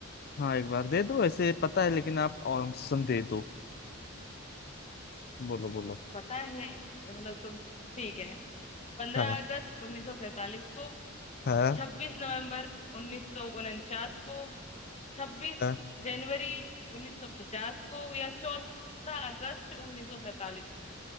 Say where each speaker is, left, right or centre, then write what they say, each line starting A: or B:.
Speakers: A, on the left (about 50°); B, on the left (about 35°).
A: हाँ एक बार दे दो ऐसे पता है लेकिन आप ऑप्शन दे दो बोलो बोलो
B: जो पता है मतलब तुम ठीक है पंद्रह
A: हाँ
B: अगस्त उन्नीस सौ सैतालीस को
A: हाँ
B: छब्बीस नवंबर उन्नीस सौ उनचास को छब्बीस
A: हाँ
B: जनवरी उन्नीस सौ पचास को या चौदह अगस्त उन्नीस सौ सैतालीस